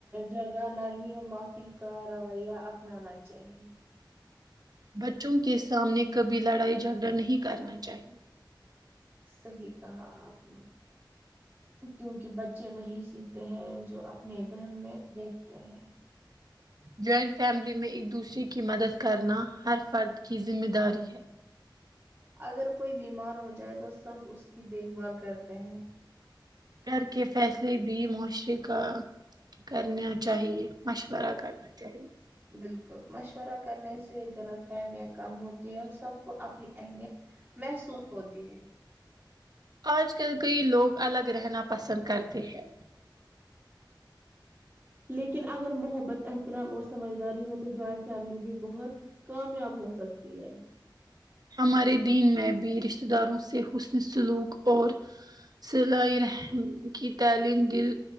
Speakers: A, on the right; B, on the right.
A: جگہ نرمی اور معافی کا رویہ اپنانا چاہیے
B: بچوں کے سامنے کبھی لڑائی جھگڑا نہیں کرنا چاہیے
A: صحیح کہا آپ نے کیونکہ بچے وہی سیتے ہیں جو اپنے گھر میں دیکھتے ہیں
B: جوائنٹ فیملی میں ایک دوسرے کی مدد کرنا ہر فرد کی ذمہ داری ہے
A: اگر کوئی بیمار ہو جائے تو سب اس کی دیکھ بھال کرتے ہیں
B: گھر کے فیصلے بھی معاشرے کا کرنا چاہیے مشورہ کرنا چاہیے
A: بالکل مشورہ کرنے سے غلط فہمیاں کم ہوتی ہیں اور سب کو اپنی اہمیت محسوس ہوتی ہے
B: آج کل کئی لوگ الگ رہنا پسند کرتے ہیں
A: لیکن اگر محبت احترام اور سمجھداری ہو تو جوائنٹ فیملی بھی بہت کامیاب ہو سکتی ہے
B: ہمارے دین میں بھی رشتتے داروں سے حسن سلوک اور صلائی رحم کی تعلیم دل